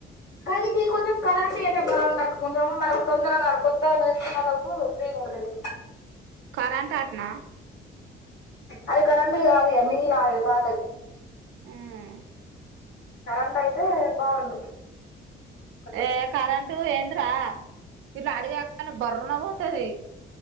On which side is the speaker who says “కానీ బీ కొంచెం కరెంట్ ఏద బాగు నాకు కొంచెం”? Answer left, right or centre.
Left